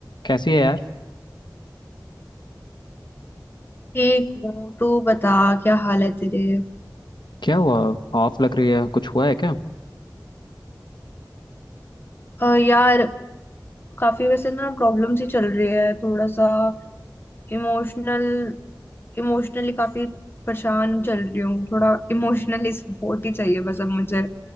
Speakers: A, on the left; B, on the left.
A: कैसी है यार
B: ठीक हूँ तू बता क्या हाल है तेरे
A: क्या हुआ ऑफ लग रही है कुछ हुआ है क्या
B: अ, यार काफी वैसे ना प्रॉब्लम्स ही चल रही है थोड़ा सा इमोशनल इमोशनली काफी परेशान चल रही हूँ थोड़ा इमोशनली सपोर्ट ही चाहिए बस अब मुझे